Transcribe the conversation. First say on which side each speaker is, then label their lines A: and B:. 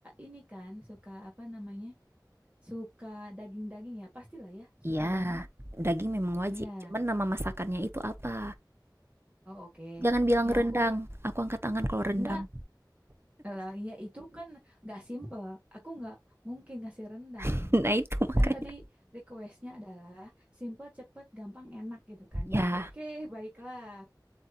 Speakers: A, on the right; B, on the right.
A: ini kan, suka apa namanya? Suka daging-daging ya, pastilah ya, suka
B: Iya,
A: daging.
B: daging memang wajib.
A: Iya.
B: Cuman nama masakannya itu apa?
A: Oh oke.
B: Jangan bilang
A: Ya
B: rendang,
A: aku
B: aku angkat tangan kalau rendang.
A: nggak lah, ya itu kan nggak simple. Aku nggak mungkin ngasih rendang.
B: <laughs> Nah itu makanya.
A: Kan tadi requestnya adalah simple, cepet, gampang, enak gitu kan
B: Ya,
A: ya. Oke, baiklah.